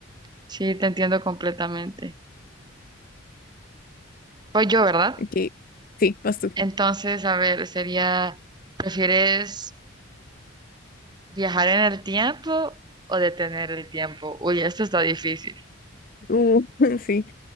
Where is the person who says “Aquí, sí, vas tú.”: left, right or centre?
Left